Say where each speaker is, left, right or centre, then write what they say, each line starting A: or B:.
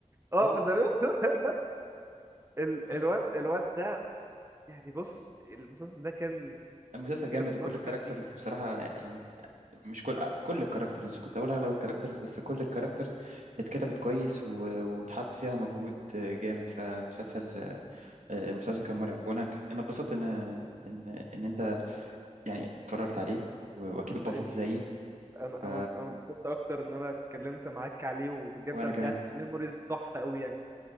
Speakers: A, on the right (about 20°); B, on the right (about 75°).
A: اه
B: لا لا
A: بس أنا- <laughs> ال-
B: بص
A: الواد الواد ده يعني بص المسلسل ده كان
B: المسلسل
A: بجد
B: جامد
A: ماستر
B: وكل الكاركترز
A: بيس
B: بصراحة يعني مش كل كل الكاركترز كنت أقول أغلب الكاركترز بس كل الكاركترز اتكتبت كويس و- واتحط فيها مجهود جامد فمسلسل المسلسل كان مرعب وأنا أنا اتبسطت إن إن إن أنت يعني اتفرجت عليه و- وأكيد
A: صدقني
B: اتبسطت زيي
A: انا
B: ف
A: انا انا اتبسطت اكتر ان انا اتكلمت معاك عليه وبجد
B: وأنا
A: رجعت
B: كمان
A: ميموريز تحفة قوي يعني